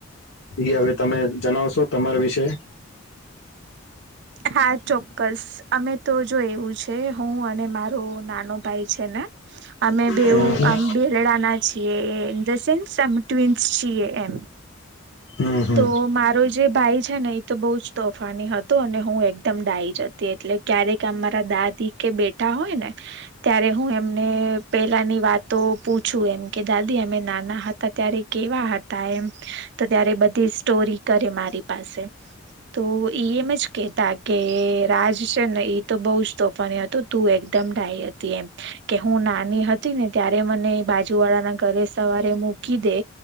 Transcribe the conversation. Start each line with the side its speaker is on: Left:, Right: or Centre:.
Left: હવે તમે જણાવશો તમારા વિશે. કે.
Right: હા ચોક્કસ. અમે તો જો એવું છે હું અને મારો નાનો ભાઈ છે ને અમે બેું
Left: હમ હમ.
Right: આમ બેલડા ના છીએ ઇન ધ સેન્સ આ ટ્વિન્સ છીએ એમ.
Left: હમ હમ
Right: તો મારો જે ભાઈ છે ને એ તો બહુ જ તોફાની હતો અને. હું એકદમ ડાય જ઼ જતી એટલે ક્યારેક અમારા દાદી કે બેટા હોય ને. ત્યારે હું એમને પેલા ની વાત. તો પૂછું એમ કે દાદી અમે નાના હતા ત્યારે કેવા હતા એમ તો ત્યારે બધી સ્ટોરી કરે મારી પાસે તો ઈ એમ જ કે તા કે રાજ છે ને એ તો બહુ જ તોફાની હતું તું એકદમ ડાઈ હતી એમ કે હું નાની હતી ને ત્યારે મને બાજુ વાળાના ઘરે સવારે મૂકી દે